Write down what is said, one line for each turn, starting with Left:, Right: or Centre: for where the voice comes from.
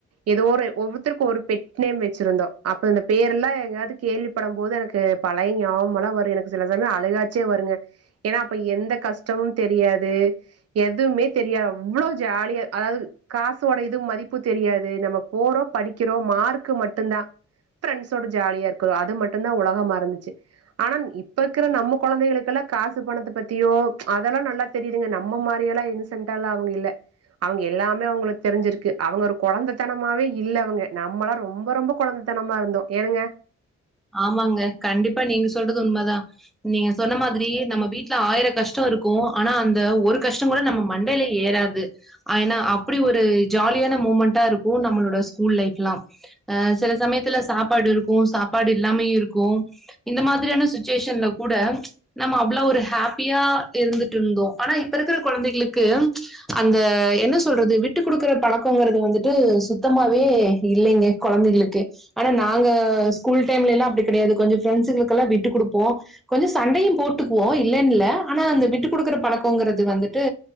Right: ஏதோ ஒரு ஒவ்வொருத்தருக்கு ஒரு பெட் நேம் வச்சிருந்தோ அப்ப இந்த பேர் எல்லா எங்கயாது கேள்வி படும் போது எனக்கு பழைய ஞாமலா வரு எனக்கு சில சமயோ அழுகாச்சே வருங்க ஏன்னா அப்ப எந்த கஷ்டமு தெரியாது எதுமே தெரியாது அவ்ளோ ஜாலியா அதாவுது காசோட எதுவு மதிப்பு தெரியாது நம்ம போறோ படிக்கிறோ மார்க்கு மட்டுந்தா ஃப்ரெண்ட்ஸோட ஜாலியா இருக்கனு அது மட்டுந்தா உலக மாறுந்துச்சு ஆனா இப்ப இருக்குற நம்ம குழந்தைகளுக்கெல்லா காசு பணத்த பத்தியோ அதெல்லா நல்லா தெரியுதுங்க நம்ம மாரிய எல்லா என்ன சென்டால ஆவுங்க இல்ல அவுங்க எல்லாமே அவுங்களுக்கு தெரிஞ்சிருக்கு அவுங்க ஒரு குழந்தைத்தனமாவே இல்ல அவுங்க நம்மல்லா ரொம்ப ரொம்ப கொழந்த தனமா இருந்தோ என்னுங்க
Centre: ஆமாங்க கண்டிப்பா நீங்க சொல்றது உண்மதா நீங்க சொன்ன மாதிரி நம்ம வீட்டுல ஆயிரோ கஷ்டோ இருக்கு ஆனா அந்த ஒரு கஷ்டோ கூட நம்ம மண்டையிலே ஏறது ஏன்னா அப்டி ஒரு ஜாலியான மூமெண்டா இருக்கு நம்மளோட ஸ்கூல் லைஃப்ல்லா அ சில சமயத்துல சாப்பாடு இருக்கு சாப்பாடு இல்லாமயு இருக்கு இந்த மாதிரியான சுச்சுவேஷன்ல கூட நம்ம அவ்ளோ ஒரு ஹாப்பியா இருந்துட்டு இருந்தோ ஆனா இப்ப இருக்குற குழந்தைகளுக்கு அந்த என்ன சொல்றது விட்டு குடுக்குற பழக்கங்குறது வந்துட்டு சுத்தமாவே இல்லேங்க குழந்தைகளுக்கு ஆனா நாங்க ஸ்கூல் டைம்ல எல்லா அப்டி கெடையாது கொஞ்சோ ஃப்ரெண்ட்ஸுங்களுக்குக்கல்லா விட்டு கொடுப்போ கொஞ்சோ சண்டையு போட்டுக்குவோ இல்லன்னுல்ல ஆனா அந்த விட்டு குடுக்குற பழக்கங்கிறது வந்துட்டு